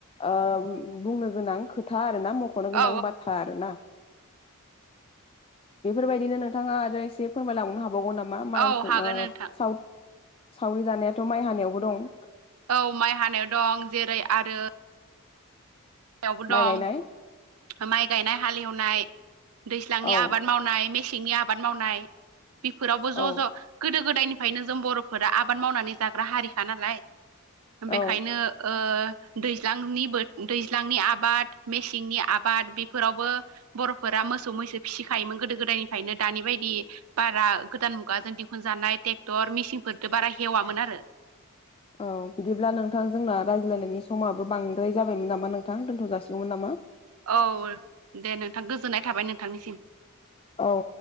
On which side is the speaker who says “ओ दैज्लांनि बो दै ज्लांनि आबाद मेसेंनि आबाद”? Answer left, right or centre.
Right